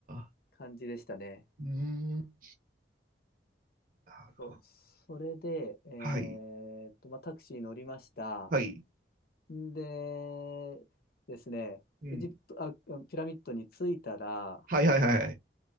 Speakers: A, on the right (about 50°); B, on the left (about 55°).
A: あ。
B: 感じでしたね。
A: うーん。なるほど
B: そう、それで、えーっと、
A: はい。
B: まあ、タクシー乗りました。
A: はい。
B: でですね、
A: うん。
B: エジプト、あ、ピラミッドに着いたら、
A: はいはいはいはい。